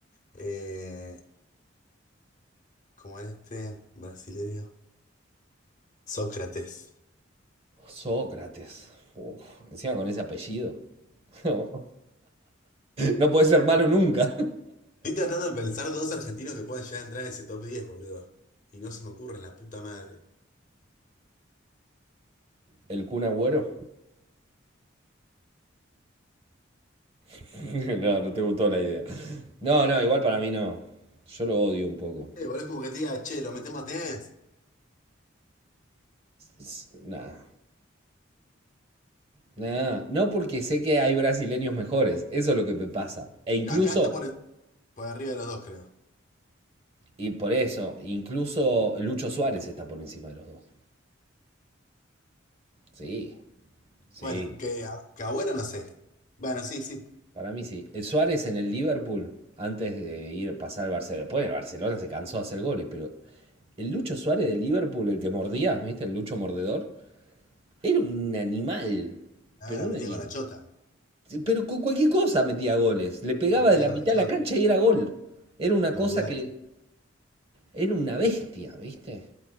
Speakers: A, on the left; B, on the right.
A: Eh, como en este brasileño, Sócrates.
B: Sócrates. Uf, encima con ese apellido. <laughs> No, no puede ser malo nunca.
A: Estoy tratando de pensar dos argentinos que puedan llegar a entrar en ese top diez boludo. Y no se me ocurre la puta madre.
B: ¿El Kun Agüero? <laughs> No, no te gustó la idea. No, no, igual para mí no. Yo lo odio un poco.
A: Eh, boludo, es como que te diga, che, lo metemos a Tevez.
B: S- Nada. Nada. No porque sé que hay brasileños mejores. Eso es lo que me pasa. E incluso,
A: Que <laughs> Acá está por, por arriba de los dos, creo.
B: y por eso, incluso Lucho Suárez está por encima de los dos. Sí, sí.
A: Bueno, que, a- que Agüero no sé. Bueno, sí, sí.
B: Para mí sí. El Suárez en el Liverpool, antes de ir a pasar al Barcelona. Después el Barcelona se cansó de hacer goles, pero el Lucho Suárez del Liverpool, el que mordía, ¿viste? El Lucho mordedor, era un animal.
A: Ah,
B: Pero
A: la
B: un
A: metía
B: animal.
A: con la chota.
B: Pero con cualquier cosa metía goles. Le pegaba
A: La metía
B: de la
A: con
B: mitad
A: la chota.
B: de la cancha y era gol. Era una
A: Olvidate,
B: cosa que. Era una bestia, ¿viste?